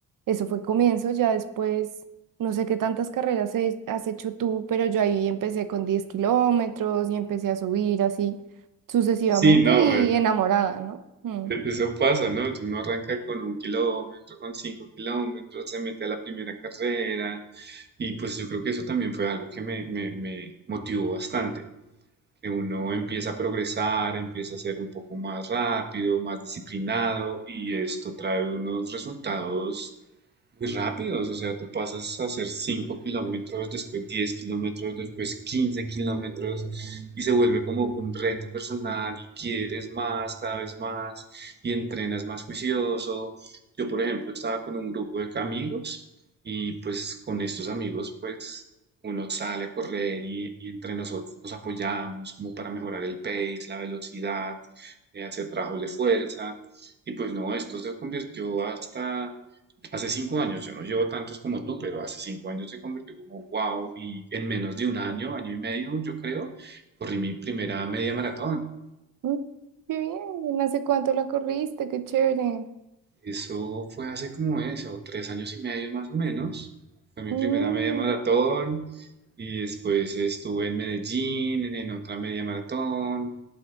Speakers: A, on the right; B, on the right.
A: eso fue comienzo, ya después, no sé qué tantas carreras he- has hecho tú, pero yo ahí empecé con 10 kilómetros y empecé a subir así sucesivamente
B: Sí, no,
A: y enamorada, ¿no? Mm.
B: E- Eso pasa, ¿no? Uno arranca con un kilómetro, con cinco kilómetros, se mete a la primera carrera y pues yo creo que eso también fue algo que me, me, me motivó bastante, que uno empieza a progresar, empieza a ser un poco más rápido, más disciplinado y esto trae unos resultados muy rápidos, o sea, tú pasas a hacer 5 kilómetros, después 10 kilómetros, después quince kilómetros y se vuelve como un reto personal y quieres más, cada vez más y entrenas más juicioso. Yo, por ejemplo, estaba con un grupo de amigos y pues con estos amigos pues uno sale a correr y, y entre nosotros nos apoyamos como para mejorar el pace, la velocidad, eh, hacer trabajos de fuerza y pues no, esto se convirtió hasta Hace cinco años, yo no llevo tantos como tú, pero hace cinco años se convirtió como wow y en menos de un año, año y medio, yo creo, corrí mi primera media maratón.
A: Mm, Qué bien, ¿hace cuánto la corriste? Qué chévere.
B: Eso fue hace como eso, tres años y medio más o menos. Fue mi
A: Mm.
B: primera media maratón y después estuve en Medellín, en otra media maratón.